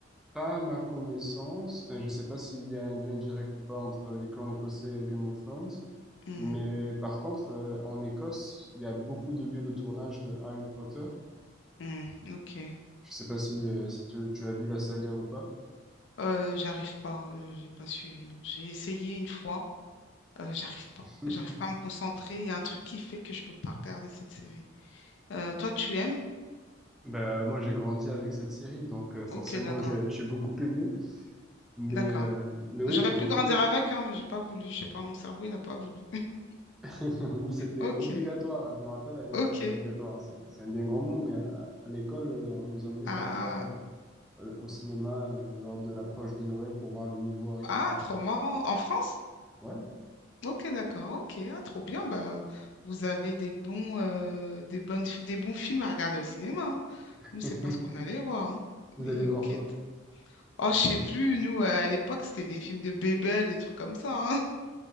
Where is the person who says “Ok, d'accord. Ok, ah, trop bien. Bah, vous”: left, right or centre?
Left